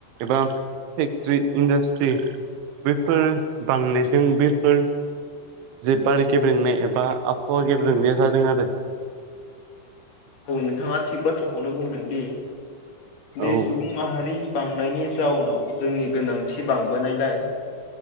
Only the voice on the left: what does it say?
औ नोंथाङा थिग बाथ्राखौनो बुंदों दि बेे
सुबुं माहारि बांनायनि जाउनाव जोंनि गोनांथि बांबोनायलाय